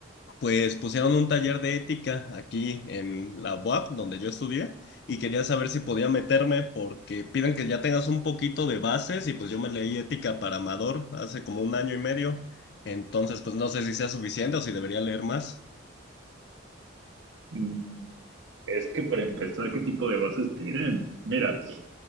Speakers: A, on the left; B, on the right.
A: Pues pusieron un taller de ética aquí en la UAP, donde yo estudié, y quería saber si podía meterme porque piden que ya tengas un poquito de bases y pues yo me leí ética para Amador hace como un año y medio, entonces pues no sé si sea suficiente o si debería leer más.
B: Mm, Es que para empezar, ¿qué tipo de bases piden? Mira,